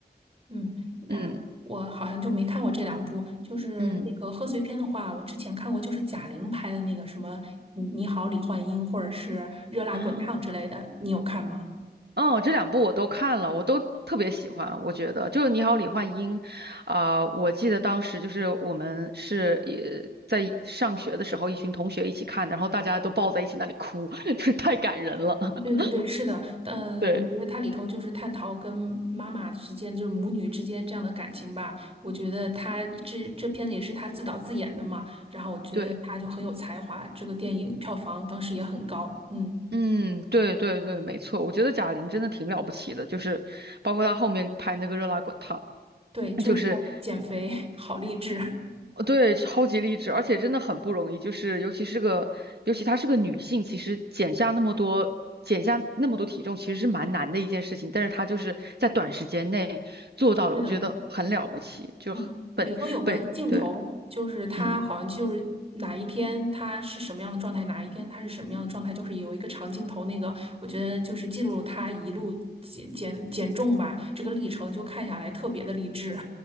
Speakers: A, on the right (about 35°); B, on the right (about 70°).
A: 嗯，那我好像就没看过这两部。
B: 嗯
A: 就是那个贺岁片的话，
B: 嗯
A: 我之前看过，就是贾玲拍的那个什么《你你好，李焕英》或者是《热辣滚烫》之类的，
B: 啊。
A: 你有看吗？
B: 嗯，这两部我都看了，我都特别喜欢。我觉得就是《你好，李焕英》啊、我记得当时就是我们是也在上学的时候，一群同学一起看的，然后大家都抱在一起那里哭，<laughs> 就是太感人了。<laughs>
A: 对对对，是的，嗯，
B: 对
A: 我觉得它里头就是探讨跟妈妈之间，就是母女之间这样的感情吧。我觉得他这这片子也是他自导自演的嘛，然后我觉得他就很有才华，
B: 对，
A: 这个电影票房当时也很高。嗯，
B: 嗯，对对对，没错。我觉得贾玲真的挺了不起的，就是包括她后面拍那个《热辣滚烫》，
A: 对，就是他减肥
B: 就是。
A: <laughs> 好励志。<laughs>
B: 呃对，超级励志，而且真的很不容易，就是尤其是个，尤其她是个女性，其实减下那么多，减下那么多体重，其实是蛮难的一件事情，但是她就是在短时间内做到了，
A: 是的，
B: 我觉得很了不起，就很本本，
A: 嗯，里头有个镜头，
B: 对，
A: 就是他好像就是哪一天他是什么样的状态，
B: 嗯。
A: 哪一天他是什么样的状态，就是有一个长镜头，那个我觉得就是记录他一路减减减重吧，这个历程就看下来特别的励志。